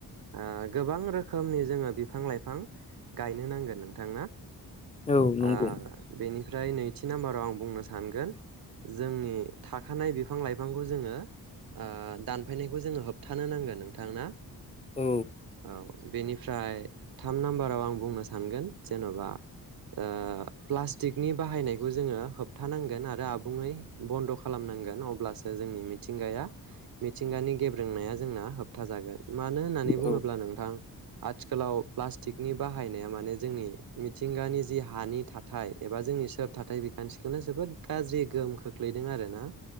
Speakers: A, on the right; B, on the left.
A: ओ गोबां रोखोमनि जोङो बिफां-लाइफां गायनो नांगोन नोंथां
B: औ नंगौ
A: आ बेनि ओमफ्राय नैथि नाम्बार आव आं बुंनो सानगोन जोंनि थाखानाय बिफां-लाइफांखौ जोङो ओ दान थाफैनायखौ जोङो होबथानो नांगोन नोंथां ना?
B: औ
A: औ बेनिफ्राय थाम नाम्बाराव आं बुंनो सानगोन जेन'बा ओ प्लास्टिकनि बाहायनायखौ जोङो होबथानांगोन आरो आबुङै बन्द' खालामनांगोन अब्लासो जोंनि मिथिंगाया मिथिंगानि गेब्रेंनाया जोंना होबथाजागोन मानो होननानै बुङोब्ला
B: औ
A: नोंथां आथिखालाव प्लास्ट थिकनि बाहायनाया माने जोंनि मिथिंगानि जि हानि थाथाय एबा जोंनि सोरथाथाय बिखान्थिखौनो जोबोद गाज्रि गोहोम खोख्लैदों आरो ना